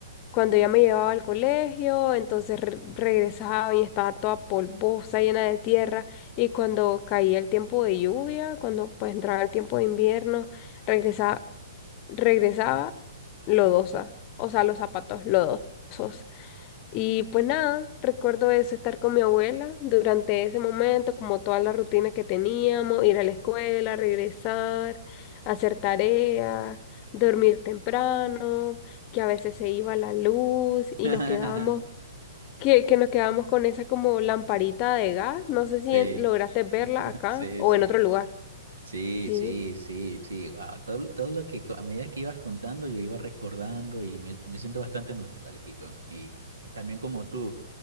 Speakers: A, on the left; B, on the right.
A: cuando ella me llevaba al colegio, entonces re- regresaba y estaba toda polvosa, llena de tierra, y cuando caía el tiempo de lluvia, cuando pues entraba el tiempo de invierno, regresaba, regresaba lodosa, o sea, los zapatos lodosos. Y pues nada, recuerdo eso, estar con mi abuela durante ese momento, como toda la rutina que teníamos, ir a la escuela, regresar, hacer tareas, dormir temprano, que a veces se iba la luz y
B: <laughs>
A: nos quedábamos, que, que nos quedábamos con esa como lamparita de gas. No sé
B: Sí,
A: si en- lograste verla acá
B: sí,
A: o
B: sí.
A: en otro lugar.
B: Sí,
A: Sí,
B: sí, sí, sí. Wow. Todo, todo lo que co- a medida que ibas contando, yo iba recordando y me, me siento bastante nostálgico. Y también como tú,